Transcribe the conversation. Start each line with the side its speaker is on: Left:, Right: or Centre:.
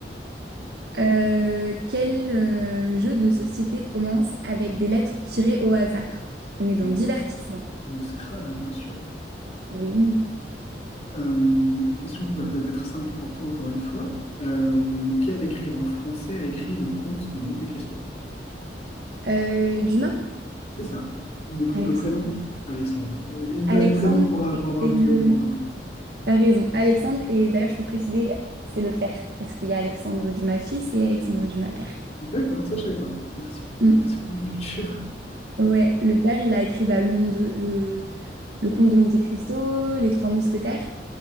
Right: Euh, quel euh, jeu de société commence avec des lettres tirées au hasard? Donc, on est dans
Left: Le,
Right: divertissement.
Left: le Scrabble, bien sûr.
Right: Oui.
Left: Euh, question qui va peut-être être simple pour toi, encore une fois. Euh, quel écrivain français a écrit Le Comte de Monte-Cristo?
Right: Euh, Dumas?
Left: C'est ça. De pré-
Right: Alexandre.
Left: le prénom? Alexandre. Il me
Right: Alexandre,
Left: fallait le prénom pour, a- pour avoir
Right: c'est
Left: le,
Right: le...
Left: tout le point. hein.
Right: T'as raison. Alexandre, et d'ailleurs, je peux préciser, c'est le père. Parce qu'il y a Alexandre Dumas fils et Alexandre Dumas père.
Left: D'accord, ça, je savais pas. Merci pour,
Right: Mm.
Left: merci pour ma culture. <laughs>
Right: Ouais, le père, il a écrit bah, le monde, le, le comte de Monte-Cristo, Les Trois Mousquetaires.